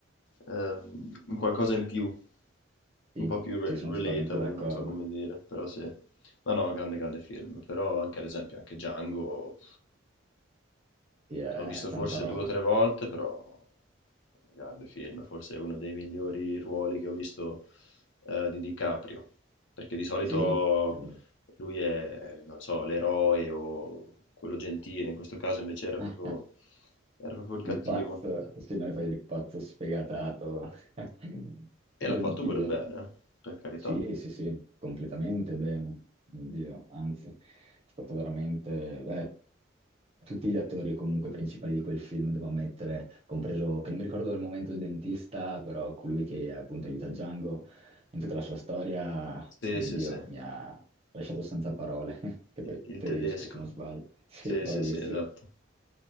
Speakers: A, on the left (about 65°); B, on the right (about 30°).
A: ehm, un qualcosa in più,
B: Sì,
A: un po' più re-
B: sì, sono
A: relatable,
B: totalmente d'accordo.
A: non so come dire, però sì. No, no, grande, grande film, però anche ad esempio anche Django
B: Sì, è
A: L'ho visto
B: tanta
A: forse
B: roba.
A: 2 o 3 volte, però un grande film, forse è uno dei migliori ruoli che ho visto, ehm, di DiCaprio, perché di solito
B: Sì, quindi-
A: lui è, non lo so, l'eroe o quello gentile, in questo caso invece era
B: <laughs>
A: proprio era proprio il cattivo
B: il pazzo, se noi fai il pazzo sfegatato. <laughs>
A: e
B: Mio
A: l'ha fatto
B: Dio.
A: pure bene, eh, per carità.
B: Sì, sì, sì, completamente bene. Mio Dio, anzi, è stato veramente... eh, Tutti gli attori comunque principali di quel film, devo ammettere, compreso, che non mi ricordo al momento il dentista, però colui che appunto aiuta Django in tutta la sua storia,
A: Sì,
B: mio
A: sì,
B: Dio,
A: sì.
B: mi ha lasciato senza parole, <laughs> che poi
A: il,
B: è
A: il
B: tedesco
A: tedesco.
B: se non sbaglio. Sì,
A: Sì,
B: bravissimo.
A: sì, sì, esatto.